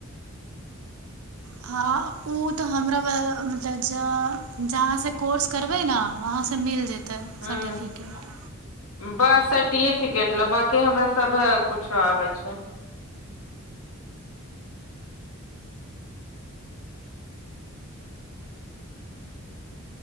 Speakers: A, on the right; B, on the left.
A: हँ ओ तऽ हमरा मतलब ज <unintelligible> जहाँ से कोर्स करबै ने वहाँसँ मिल जेतै
B: हूँ
A: सर्टिफिकेट।
B: बस सर्टिफिकेट लऽ बाकी हमरा सब कुछो आबै छै।